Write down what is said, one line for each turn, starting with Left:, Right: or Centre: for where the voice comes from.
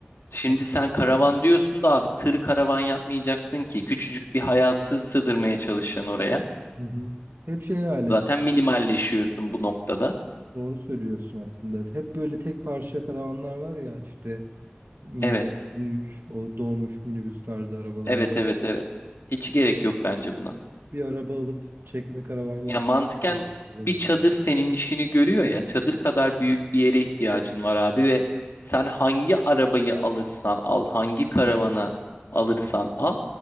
Left: şimdi
Right: Hı
Left: sen karavan diyorsun da abi tır karavan yapmayacaksın ki küçücük bir hayatı sığdırmaya çalışacaksın oraya.
Right: hı. Hep şey hayal et.
Left: Zaten minimalleşiyorsun bu noktada.
Right: Doğru söylüyorsun aslında. Hep böyle tek parça karavanlar var ya işte hmm,
Left: Evet,
Right: büyük o dolmuş minibüs tarzı arabaları.
Left: evet, evet, evet. Hiç gerek yok bence buna.
Right: bir araba alıp çekme karavan yapmak
Left: Ya mantıken
Right: olabilir.
Left: bir çadır senin işini görüyor ya. Çadır kadar büyük bir yere ihtiyacın var abi ve sen hangi arabayı alırsan al, hangi karavana alırsan al,